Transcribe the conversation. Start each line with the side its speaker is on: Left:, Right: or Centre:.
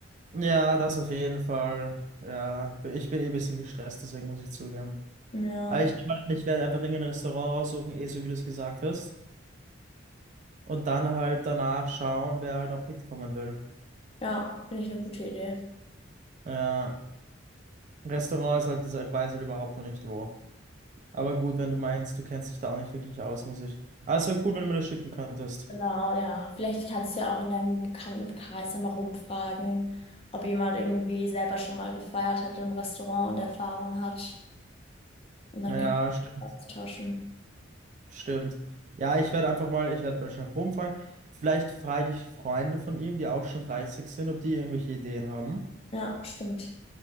Right: Ja, das auf jeden Fall. Ja, ich bin eh ein bisschen gestresst, deswegen muss ich zugeben.
Left: Ja,
Right: Aber ich nehme an, ich werde einfach irgendein Restaurant raussuchen, eh so wie du es gesagt hast. Und dann halt danach schauen, wer halt noch mitkommen will.
Left: ja, finde ich eine gute Idee.
Right: Ja, Restaurant ist halt dieser, ich weiß halt überhaupt noch nicht wo. Aber gut, wenn du meinst, du kennst dich da auch nicht wirklich aus, muss ich. Aber es wäre cool, wenn du mir das schicken könntest.
Left: Genau, ja. Vielleicht kannst du ja auch in deinem Bekanntenkreis nochmal rumfragen, ob jemand irgendwie selber schon mal gefeiert hat im Restaurant und Erfahrungen hat. Und dann
Right: Ja,
Left: kannst
Right: stimmt,
Left: du austauschen.
Right: stimmt. Ja, ich werde einfach mal, ich werde wahrscheinlich rumfragen. Vielleicht frage ich Freunde von ihm, die auch schon 30 sind, ob die irgendwelche Ideen haben.
Left: Ja, stimmt.